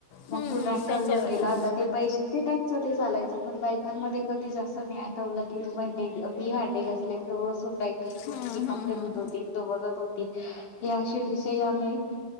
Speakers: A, on the left; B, on the left.
A: मग
B: हम्म, हम्म,
A: तो ट्रॅक्टर
B: त्याच्यावरून
A: घेऊन गेला ते पैसे ते त्यांचं ते चालायचं, पण बायकांमध्ये कधी जास्त नाही आठवलं की तू भांडे मी भां डे घासलेत बसून राहिली तु,
B: हम्म, हम्म,
A: मी
B: हम्म,
A: कपडे
B: हम्म,
A: धुत होती आणि ती बघत होती. हेे विषय आम्ही